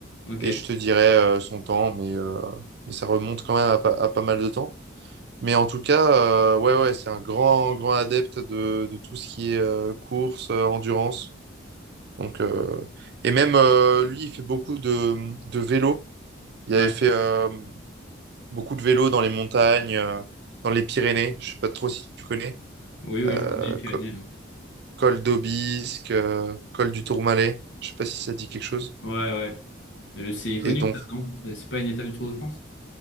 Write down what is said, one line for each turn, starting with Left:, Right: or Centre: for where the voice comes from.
Left: Ok.
Right: et je te dirai euh, son temps, mais euh, mais ça remonte quand même à, pas à pas mal de temps. Mais en tout cas, euh, ouais, ouais, c'est un grand, grand adepte de, de tout ce qui est euh, course, euh, endurance. Donc, euh, et même euh, lui, il fait beaucoup de, de vélo. Il
Left: Ouais.
Right: avait fait euh, beaucoup de vélo dans les montagnes, euh, dans les Pyrénées. Je sais pas trop si tu connais.
Left: Oui, oui,
Right: Euh,
Left: je connais les Pyrénées.
Right: co-
Left: non.
Right: col d'Aubisque, euh, col du Tourmalet. Je sais pas si ça te dit quelque chose.
Left: Ouais, ouais. Euh, c'est
Right: Et
Left: connu,
Right: donc,
Left: ça, non? C'est pas une étape du Tour de France?